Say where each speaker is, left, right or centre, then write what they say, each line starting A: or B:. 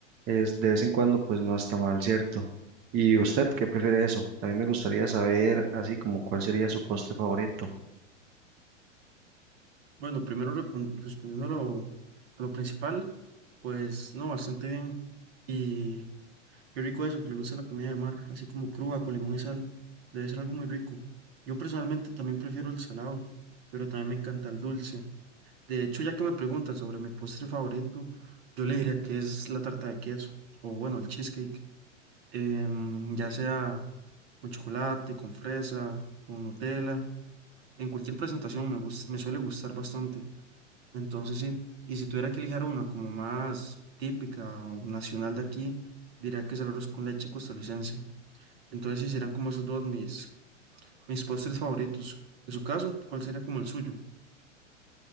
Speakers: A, on the right; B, on the right.
A: Es de vez en cuando pues no está mal, ¿cierto? ¿Y usted qué prefiere eso? También me gustaría saber así como cuál sería su postre favorito.
B: Bueno, primero repon- respondiendo a lo, a lo principal, pues no, bastante bien. Y qué rico eso, que le gusta la comida de mar, así como cruda, con limón y sal. Debe ser algo muy rico. Yo personalmente también prefiero el salado, pero también me encanta el dulce. De hecho, ya que me preguntas sobre mi postre favorito, yo le diría que es la tarta de queso, o bueno, el cheesecake, em, ya sea con chocolate, con fresa, con Nutella, en cualquier presentación me gus- me suele gustar bastante. Entonces sí, y si tuviera que elegir una como más típica o nacional de aquí, diría que es el arroz con leche costarricense. Entonces sí, serían como esos dos mis, mis postres favoritos. En su caso, ¿cuál sería como el suyo?